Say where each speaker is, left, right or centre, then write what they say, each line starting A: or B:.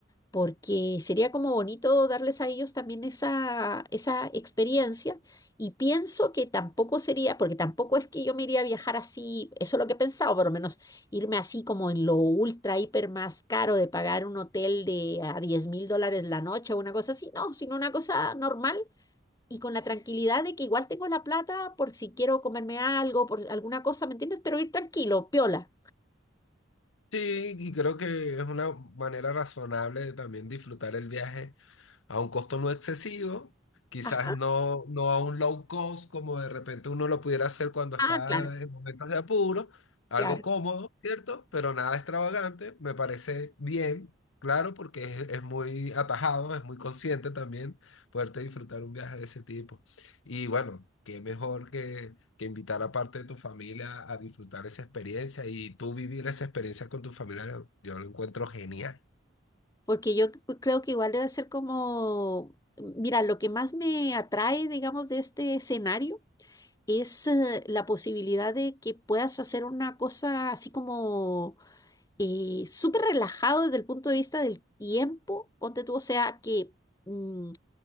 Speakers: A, on the left; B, on the left.
A: porque sería como bonito darles a ellos también esa, esa experiencia y pienso que tampoco sería, porque tampoco es que yo me iría a viajar así, eso es lo que he pensado, por lo menos irme así como en lo ultra, hiper más caro de pagar un hotel de a diez mil dólares la noche o una cosa así, no, sino una cosa normal y con la tranquilidad de que igual tengo la plata por si quiero comerme algo, por alguna cosa, ¿me entiendes? Pero ir tranquilo, piola.
B: Sí, y creo que es una manera razonable de también disfrutar el viaje a un costo no excesivo, quizás
A: Ajá.
B: no, no a un low cost como de repente uno lo pudiera hacer cuando está
A: Ah, claro,
B: en momentos de apuro, algo
A: claro.
B: cómodo, ¿cierto? Pero nada extravagante, me parece bien, claro, porque es, es muy atajado, es muy consciente también poderte disfrutar un viaje de ese tipo. Y bueno, qué mejor que, que invitar a parte de tu familia a disfrutar esa experiencia y tú vivir esa experiencia con tus familiares, yo lo encuentro genial.
A: Porque yo c- creo que igual debe ser como, mira, lo que más me atrae, digamos, de este escenario es eh, la posibilidad de que puedas hacer una cosa así como eh, súper relajado desde el punto de vista del tiempo, ponte tú, o sea, que mm,